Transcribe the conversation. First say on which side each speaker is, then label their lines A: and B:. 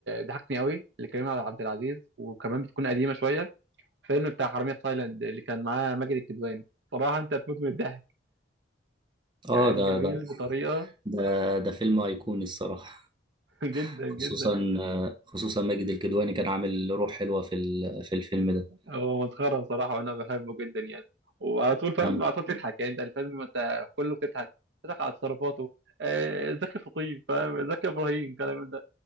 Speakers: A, on the right; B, on the right.
A: ضحكني قوي لكريم عبد العزيز وكمان بتكون قديمه شويه فيلم بتاع حرامية في تايلاند اللي كان معاه ماجد الكدواني صراحه انت هتموت من الضحك كان
B: اه ده
A: جميل
B: ده
A: بطريقه
B: ده ده فيلم أيقوني الصراحة
A: <laughs> جدا
B: خصوصا
A: جدا
B: خصوصا ماجد الكدواني كان عامل روح حلوة في ال- في الفيلم ده
A: هو مسخرة بصراحة وأنا بحبه جدا يعني وعلى طول فاهم
B: مم.
A: على طول تضحك يعني أنت الفيلم ما أنت كله بتضحك بتضحك على تصرفاته آه، زكي فطيب فاهم زكي إبراهيم الكلام ده